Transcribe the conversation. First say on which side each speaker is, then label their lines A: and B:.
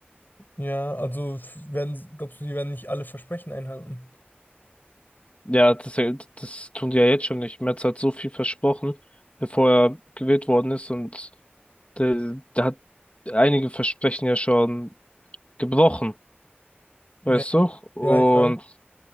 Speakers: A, on the left; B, on the left.
A: Ja, also f- werden, glaubst du, die werden nicht alle Versprechen einhalten?
B: Ja, das, das tun die ja jetzt schon nicht. Merz hat so viel versprochen, bevor er gewählt worden ist und der, der hat einige Versprechen ja schon gebrochen,
A: Ja,
B: weißt du? Und
A: ja, ich weiß.